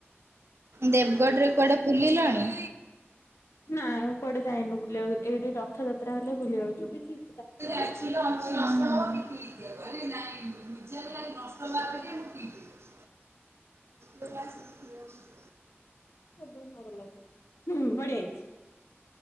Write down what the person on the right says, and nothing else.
ଦେବ୍ ଗଡରେ କୁଆଡେ ବୁଲିଲଣି?
<unintelligible> ଲଗା ସକ୍ତି ହବ।